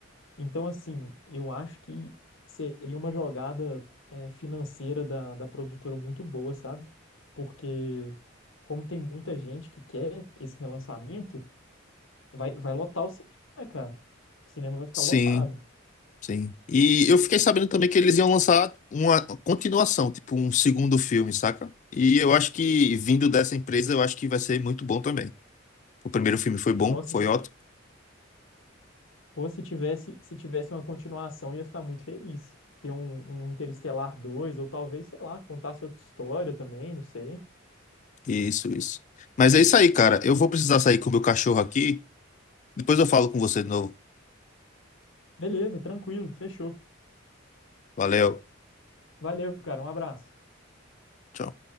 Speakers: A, on the left; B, on the left.
A: Então, assim, eu acho que seria uma jogada eh, financeira da, da produtora muito boa, sabe? Porque, como tem muita gente que quer esse relançamento, vai, vai lotar o cinema, né, cara? O cinema vai ficar
B: Sim,
A: lotado.
B: sim. E eu fiquei sabendo também que eles iam lançar uma continuação, tipo um segundo filme, saca? E eu acho que vindo dessa empresa, eu acho que vai ser muito bom também. O primeiro filme foi bom,
A: Nossa,
B: foi
A: se
B: ótimo.
A: fosse tivesse, se tivesse uma continuação, eu ia ficar muito feliz. Ter um, um Interestelar dois ou talvez, sei lá, contasse outra história também, não sei.
B: Isso, isso. Mas é isso aí, cara. Eu vou precisar sair com o meu cachorro aqui. Depois eu falo com você de novo.
A: Beleza, tranquilo, fechou.
B: Valeu.
A: Valeu, cara, um abraço.
B: Tchau.